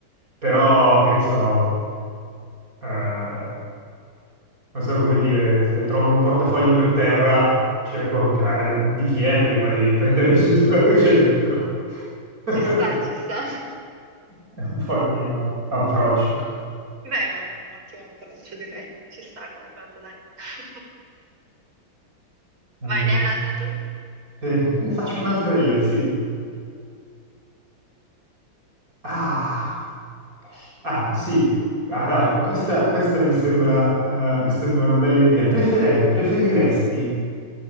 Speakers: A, on the right; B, on the right.
A: Però, che ne so, eh, non so come dire, se trovo un portafogli per terra, cerco eh, di chi è prima di prendermi su tutto quello che c'è
B: <laughs>
A: dentro. <laughs>
B: Ci sta, ci sta.
A: È un po' il mio approccio.
B: Beh, è un ottimo approccio, direi. Ci sta come cosa, dai. <laughs>
A: Allora,
B: Vai, ne hai un'altra tu?
A: te, te ne faccio un'altra io, sì. Ah, ah, sì. Ah, no, eh, questa, questa mi sembra, eh, mi sembra una bella idea. Prefere- preferiresti